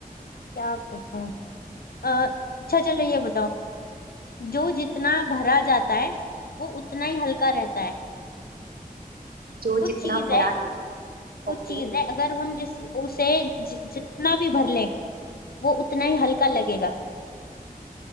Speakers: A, on the left; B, on the right.
A: क्या पूछूं अ, अच्छा चलो ये बताओ जो जितना भरा जाता है वो उतना ही हल्का रहता है
B: जो
A: कुछ
B: जितना
A: चीज
B: भरा
A: है कुछ
B: ओके
A: चीज है अगर हम जिस उसे जि, जितना भी भर लें वो उतना ही हल्का लगेगा